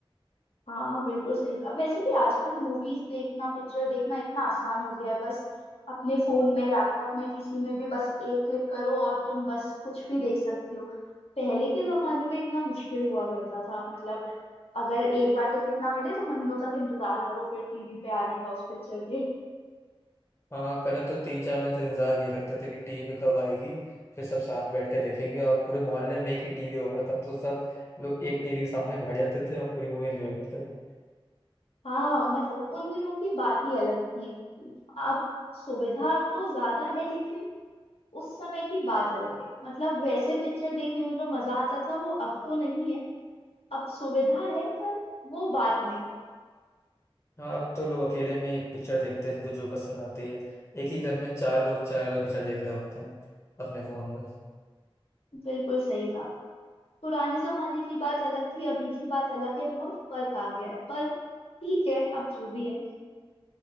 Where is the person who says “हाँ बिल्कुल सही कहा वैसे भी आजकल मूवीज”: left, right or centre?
Left